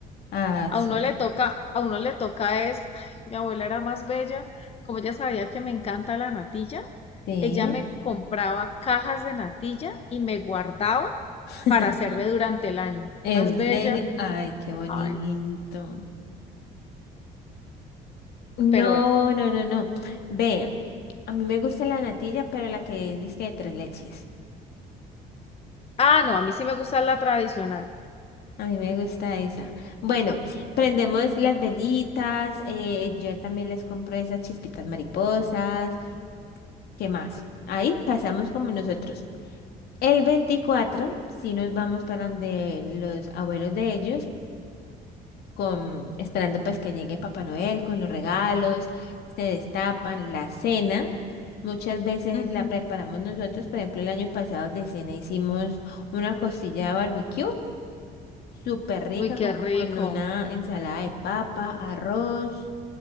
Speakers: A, on the left (about 70°); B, on the left (about 35°).
A: Ah,
B: A
A: sí.
B: uno le toca, a uno le toca es, ay, mi abuela era más bella, como ella sabía que me encanta la natilla,
A: Sí,
B: ella me compraba cajas de natilla y me guardaba
A: <laughs>
B: para hacerme durante el año.
A: en
B: Más bella,
A: serio. Ay, qué bonito.
B: ay,
A: No,
B: pero bueno.
A: no, no, no. Ve, a mí me gusta la natilla, pero la que dice de tres leches.
B: Ah, no, a mí sí me gusta la tradicional.
A: A mí me gusta esa. Bueno, prendemos las velitas. eh, yo también les compro esas chispitas mariposas. ¿Qué más? Ahí pasamos como nosotros. El 24, si nos vamos para donde los abuelos de ellos con, esperando pues que llegue Papá Noel con los regalos, se destapan la cena. Muchas veces
B: Ujú.
A: la preparamos nosotros, por ejemplo, el año pasado de cena hicimos una costilla de barbecue, súper rica,
B: Uy, qué
A: como
B: rico.
A: con una ensalada de papa, arroz,